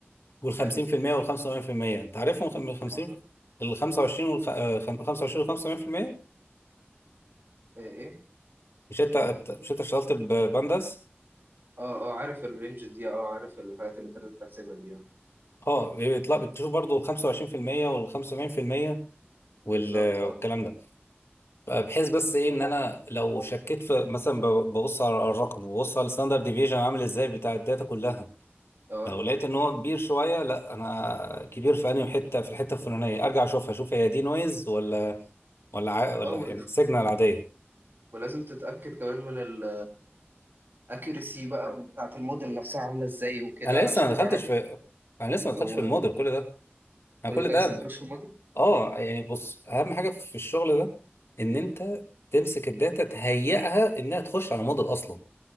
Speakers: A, on the left; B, on the right.
A: وال 50%
B: حلو
A: وال 85% انت عارفهم خ- من 50
B: طبعا
A: ال 25 وال 25 وال 85%
B: ايه ايه
A: مش انت مش انت اشتغلت ببنداس
B: اه اه عارف الرينج دي اه آه، عارف الحاجات اللي انت لازم تحسبها دي اه
A: اه بيطلع بتشوف برضو ال 25% وال 75% وال-
B: بالظبط اه
A: والكلام ده بحيث بس ايه ان انا لو شكيت في مثلا ب- ببص على الرقم وببص على الستاندرد ديفيجن عامل ازاي بتاع الداتا كلها
B: اه
A: لو لقيت ان هو كبير شويه لا انا كبير في انهي حته في الحته الفلانيه ارجع اشوفها اشوف هي دي نويز ولا ولا ع... ولا
B: اه
A: يعني سيجنال عاديه
B: ولازم تتأكد كمان من ال accuracy بقى بتاعة الموديل نفسها عاملة ازاي وكده
A: انا لسه
B: عشان
A: ما دخلتش
B: تعرف
A: في انا لسه ما دخلتش
B: أو
A: في الموديل كل ده انا
B: كل
A: كل
B: ده
A: ده
B: لسه
A: ب...
B: مدخلش في الموديل؟
A: اه يعني بص اهم حاجه في الشغل ده ان انت تمسك الداتا تهيئها انها تخش على موديل اصلا